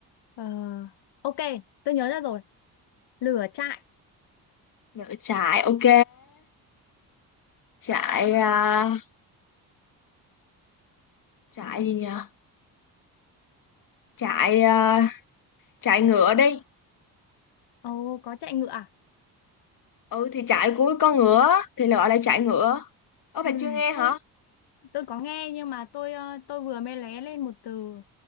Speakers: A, on the left; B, on the left.
A: Ờ, ok, tôi nhớ ra rồi. lửa trại
B: Lửa trại, ok. Trại, à, trại gì nhở? Trại, à, trại ngựa đi.
A: ồ có chạy ngựa à
B: Ừ, thì trại của con ngựa thì gọi là trại ngựa. Ơ, bà
A: Ừ,
B: chưa nghe hả?
A: tôi tôi có nghe nhưng mà tôi ờ, tôi vừa mới lóe lên một từ